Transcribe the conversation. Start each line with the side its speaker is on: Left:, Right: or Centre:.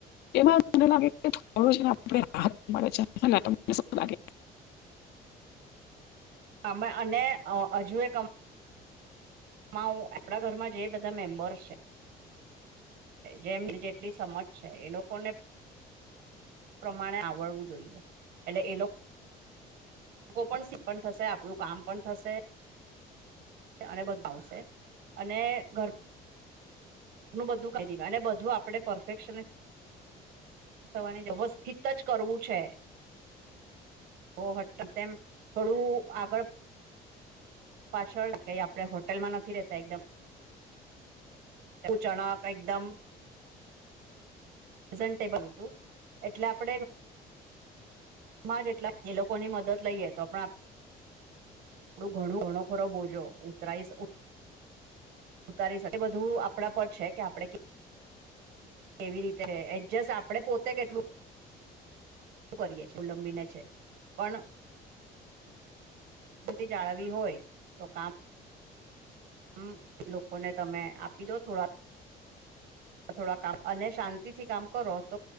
Left: એમાં મને લાગે કે થોડું ને આપ રાહત મળે છે મને શું લાગે.
Right: આમે અને હજુ એક માં હું આપણા ઘરમાં જે બધા મેમ્બર્સ છે જેમ જેટલી સમજ છે એ લોકોને પ્રમાણે આવડવું જોઈએ એટલે એ લોકો લોકો પણ શિકપણ થશે આપણું કામ પણ થશે. અને બધુ ફાવશે અને ઘર નું બધું કહી દી અને બધું આપણે પરફેકશને સવારે વ્યવસ્થિત જ કરવું છે. ઓટ તેમ થોડું આગળ પાછળ કઈ આપડે હોટેલમાં નથી રહેેતા એકદમ ચણા એકદમ ઝેનટેબલ હતું એટલે આપે ઘર માં જેટલા એ લોકો ની મદદ લઈએે તો પણ આપડું ઘણું ઘણો ખોરો બોજો ઉત્તરાયસ ઉતારી શકે બધું આપણા પર છે કે આપડે કેવી રીતે એડજસ્ટ આપડણે પોતે કેટલું શું કરી છીએ અવલંબીને છે, પણ બતી જાળવવી હોય, તો કામ હમ લોકોને તમે આપી દો થોડા થોડા કામ અને શાંતિ થી કામ કરો તો